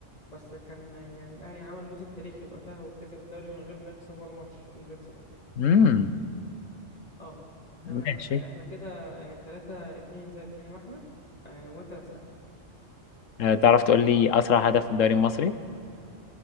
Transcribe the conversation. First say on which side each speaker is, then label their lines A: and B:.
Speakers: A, on the left; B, on the left.
A: بس كان يعني الأهلي عمل موسم تاريخي وقتها وكسب الدوري من غير ما يخسر ولا ماتش انفينسيبل
B: امم
A: اه
B: ماشي
A: تمام آه، احنا كده آه، تلاتة اتنين زي ما احنا آه، وانت اللي هتسألني
B: آه، تعرف تقول لي أسرع هدف في الدوري المصري؟